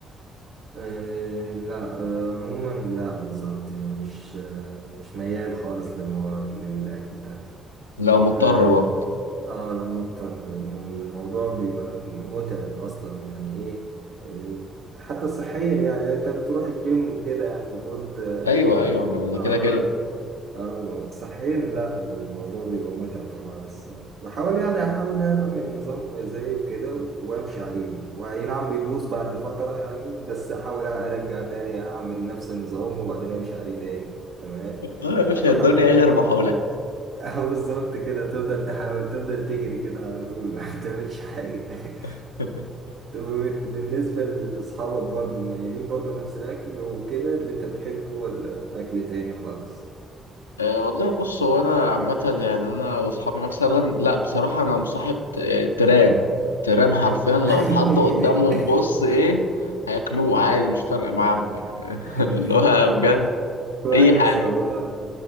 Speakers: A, on the right; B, on the left.
A: آه، لا آه، عموما لا بالظبط يعني مش آه، مش ميال خالص للمو... للأكل ده
B: لو مضطر
A: ف
B: برضه
A: اه لو مضطر انه الموضوع بيبقى متعب اصلا يعني ايه آه، حتى صحيا يعني انت بتروح الجيم وكده يعني المفروض اه
B: ايوه ايوه ما ده
A: آه،
B: كده كده
A: اه صحيا لا الموضوع بيبقى متعب خالص بحاول يعني احاول اعمل نظام غذائي وكده وامشي عليه واي نعم بيبوظ بعد فترة يعني بس احاول ارجع تاني اعمل نفس النظام وبعدين امشي عليه تاني تمام
B: اه يا باشا
A: انا بحاول
B: الدنيا إيه غير محاولات
A: <laughs> اهو بالظبط كده تفضل تحاول تفضل تجري كده على طول <laughs> ما تعملش حاجة <laughs>
B: <laughs>
A: طب بالنسبة لاصحابك برضو مايلين برضو نفس الاكل وكده اللي انت بتحبه ولا اكل تاني خالص
B: أه والله بص هو انا عامه يعني انا واصحابي مثلا لا بصراحه انا مصاحب ت- آه، تيران تيران حرفيا لو
A: <laughs>
B: اتحط قدامهم بص ايه هياكلوه عادي مش فارقه معاهم يعني
A: <laughs>
B: <laughs> اللي هو
A: طب
B: بجد
A: كويس
B: اي حاجه
A: والله